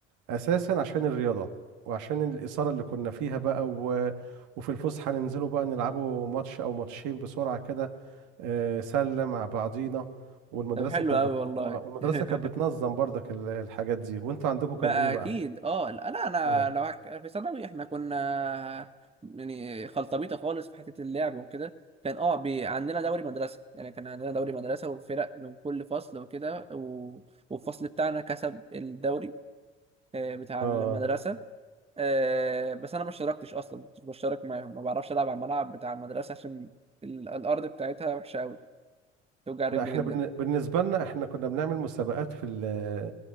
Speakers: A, on the right; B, on the right.
A: اساسا عشان الرياضة وعشان الإثارة اللي كنا فيها بقى و... وفي الفسحة ننزلوا بقى نلعبوا ماتش او ماتشين بسرعة كده آه سلة مع بعضينا والمدرسة
B: طب حلو
A: كانت
B: قوي
A: بت...
B: والله
A: اه والمدرسة
B: <laughs>
A: كانت بتنظم برضك ال- الحاجات دي وانتوا عندكم كان
B: بقى
A: ايه بقى
B: اكيد اه لا لا، انا
A: اه
B: لو هك... في ثانوي احنا كنا يعني خلطبيطه خالص في حته اللعب وكده كان اه بي... عندنا دوري مدرسه يعني كان عندنا دوري مدرسه وفرق من كل فصل وكده و... والفصل بتاعنا كسب الدوري آه، بتاع
A: اه
B: المدرسه آه، بس انا ما اشتركتش اصلا ما كنتش بشترك معاهم ما بعرفش العب على الملعب بتاع المدرسه عشان ال... الارض بتاعتها وحشه قوي توجع رجلي
A: لا احنا
B: جدا
A: بالن- بالنسبة لنا احنا كنا بنعمل مسابقات في ال-